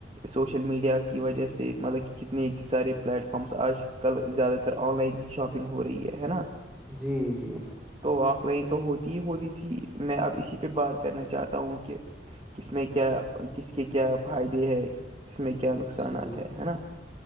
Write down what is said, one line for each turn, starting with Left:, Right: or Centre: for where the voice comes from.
Right: سوشل
Centre: جی
Right: میڈیا کی وجہ سے مطلب کہ کتنے سارے پلیٹ فارمس آج کل زیادہ تر آن لائن ہی شاپنگ ہو رہی ہے نا
Centre: جی جی
Right: تو آف لائن تو ہوتی ہی ہوتی تھی میں اب اسی پہ بات کرنا چاہتا ہوں کہ کس میں کیا کس کے کیا فائدے ہے کس میں کیا نقصانات
Centre: جی جناب
Right: ہے ہے نا